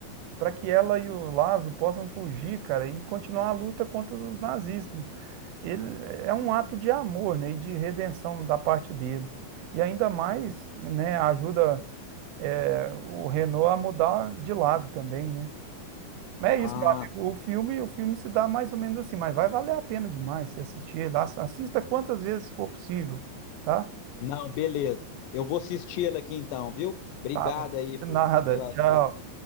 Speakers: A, on the right (about 85°); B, on the left (about 80°).
A: para que ela e o Laszlo possam fugir, cara, e continuar a luta contra os nazistas. Ele, é um ato de amor, né, e de redenção da parte dele. E ainda mais, né, ajuda, é, o Renault a mudar de lado também, né? Mas
B: Ah,
A: é isso, meu amigo. O filme, o filme se dá mais ou menos assim, mas vai valer a pena demais se assistir ele. Ass- Assista quantas vezes for possível, tá?
B: não, beleza. Eu vou assistir ela aqui então, viu? Obrigado
A: Tá bom.
B: aí por,
A: De nada.
B: pelas
A: Tchau.
B: dicas.